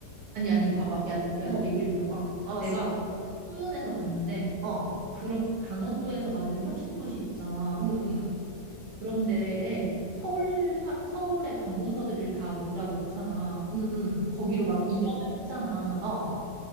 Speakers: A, on the right; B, on the right.
A: 아니, 아니, 봐봐. 야, 내- 야,
B: 어,
A: 얘기를 들어봐.
B: 알았어.
A: 내가 신문에서 봤는데,
B: 어,
A: 그런 강원도에서 만든 혁신 도시 있잖아.
B: 응, 응,
A: 그런데 서울 사, 서울의 관공서들을 다 몰아넣잖아.
B: 응, 응,
A: 거기로 막 이전을 했잖아.
B: 어,